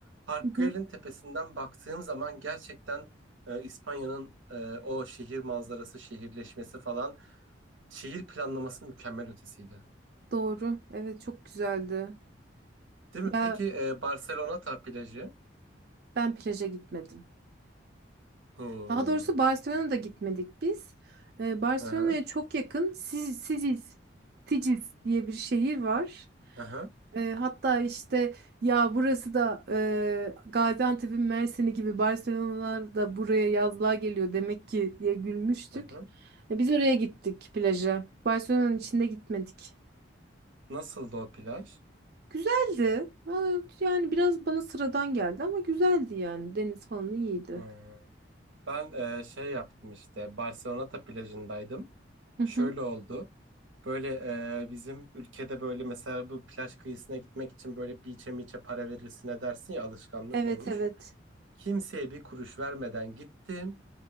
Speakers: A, on the right (about 80°); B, on the right (about 55°).
A: Park
B: Hı
A: Güell'in
B: hı.
A: tepesinden baktığım zaman gerçekten e, İspanya'nın e, o şehir manzarası, şehirleşmesi falan şehir planlaması mükemmel ötesiydi.
B: Doğru. Evet çok güzeldi.
A: Değil
B: Ya
A: mi? Peki e, Barcelona ta plajı.
B: ben plaja gitmedim.
A: Hmm.
B: Daha doğrusu Barcelona'da gitmedik biz. Ee, Barcelona'ya
A: Hı aha,
B: çok yakın Sic- Siciz, Siciz diye bir şehir var.
A: aha, aha,
B: Ee, hatta işte ya burası da e, Gaziantep'in Mersin'i gibi Barcelona'lar da buraya yazlığa geliyor demek ki diye gülmüştük.
A: Hı
B: E, biz oraya gittik plaja. Barcelona'nın içinde gitmedik.
A: Nasıldı o plaj?
B: Güzeldi. Aa, Yani biraz bana sıradan geldi ama güzeldi yani. Deniz falan iyiydi.
A: Hı. Ben e, şey yaptım işte Barceloneta plajındaydım.
B: Hı hı.
A: Şöyle oldu. Böyle e, bizim ülkede böyle mesela bu plaj kıyısına gitmek için böyle beach'e miçe para verirsin dersin ya alışkanlık
B: Evet
A: olmuş.
B: evet.
A: Kimseye bir kuruş vermeden gittim.